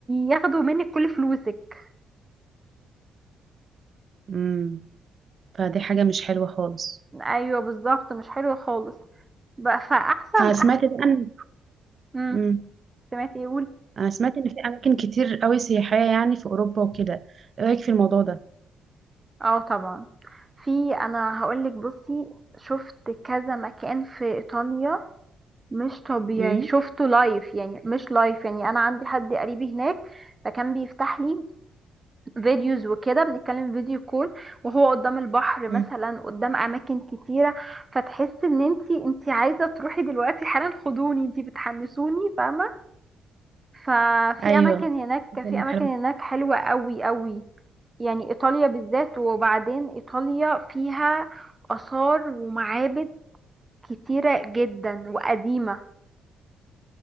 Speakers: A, on the right; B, on the right.
A: ياخدوا منك كل فلوسك
B: امم فدي حاجه مش حلوه خالص
A: ايوه بالظبط مش حلو خالص بقى فاحسن
B: انا سمعت
A: احسن
B: بقى ان
A: امم
B: امم
A: سمعتي ايه
B: انا سمعت ان في اماكن كتير قوي سياحيه يعني في اوروبا وكده ايه رايك في الموضوع ده
A: اه طبعا في انا هقولك بصي شفت كذا مكان في ايطاليا مش طبيعي
B: امم
A: شفته لايف يعني مش لايف يعني انا عندي حد قريبي هناك فكان بيفتح لي فيديوز وكده بنتكلم فيديو كول وهو قدام البحر مثلا
B: أمم.
A: قدام اماكن كتيره فتحس ان انتي انتي عايزه تروحي دلوقتي حالا خدوني انتي بتحنسوني فاهمه ففي
B: ايوه
A: اماكن هناك
B: إيطاليا
A: في اماكن
B: حلوة
A: هناك حلوة قوي قوي يعني ايطاليا بالذات وبعدين ايطاليا فيها اثار ومعابد كتيرة جدا وقديمة